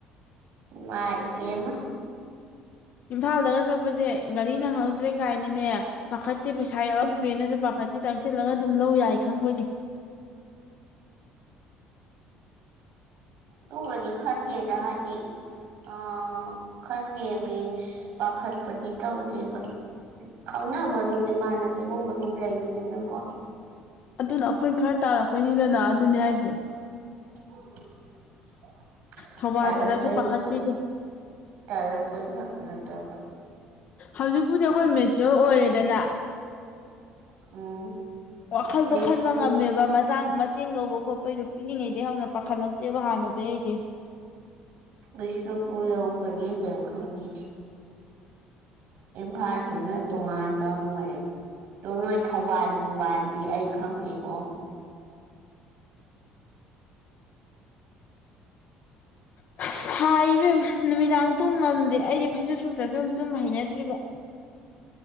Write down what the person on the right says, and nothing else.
ꯃꯥꯏ ꯄꯦꯝꯃꯥ
ꯇꯨꯀꯗꯤ ꯈꯟꯗꯦꯗꯥ ꯗꯤ ꯑ ꯈꯟꯗꯦ ꯃꯤꯟꯁ ꯄꯥꯈꯠꯄꯗꯤ ꯇꯧꯗꯦꯕ ꯈꯪꯅꯕ ꯑꯗꯨꯝ ꯏꯃꯥꯟꯅꯕꯤꯒꯨꯝꯕ ꯑꯗꯨꯝ ꯂꯩꯕꯅꯤꯅꯀꯣ
<unintelligible>
ꯇꯥꯜꯂꯛꯄꯩ
ꯈꯛ ꯇꯥꯜꯂꯛꯄꯩ ꯈꯛ ꯅꯠꯇꯥꯕ
ꯎꯝ
ꯕꯤꯁꯅꯨ
ꯕꯤꯁꯅꯨꯄꯨꯔ ꯌꯥꯎꯈꯔꯗꯤ ꯀꫪꯤꯝ ꯈꯟꯕꯤꯗꯦ ꯐꯥꯗꯨꯅ ꯇꯣꯉꯥꯟꯕ ꯑꯣꯏꯔꯦ ꯑꯣ ꯅꯣꯏ ꯊꯧꯕꯥꯜ ꯅꯨꯡꯕꯥꯜꯗꯤ ꯑꯩ ꯈꯪꯗꯦꯀꯣ